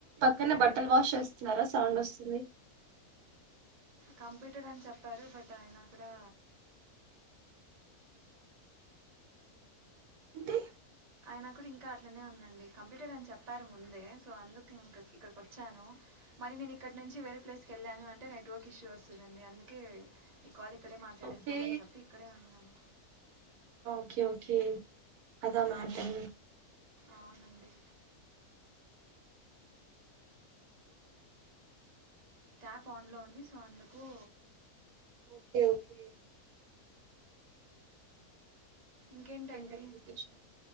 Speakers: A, on the right; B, on the right.
A: కన్నా బట్టల్ వాష్ చేస్తున్నార సౌండ్ వస్తుంది
B: కంపీటెడ్ అన్ చెప్పారు బట్ ఐనా కుడా
A: ఏంటి.
B: ఐనా కూడింకా అట్లనే ఉందండి కంపీటెడ్ అన్ చెప్పారు ముందే సో అందుకింక ఇక్కడికొచ్చాను. మరీ నేన్ ఇక్కడ్ నుంచి వేరే ప్లేస్కెళ్ళాను అంటే నెట్వర్కిష్యూ వస్సుదండి అందుకే ఇ కాలిక్కడే మాట్లాడిద్దామని
A: ఓకే
B: చెప్పి ఇక్కడే ఉన్నాను.
A: ఒకె ఒకె అదా మ్యాటర్.
B: ఔనండి. ట్యాపాన్ లో ఉంది సొ అందుకూ
A: ఒకె ఒకె.
B: ఇంకేంటండి
A: ఏంటండి విశేషాలు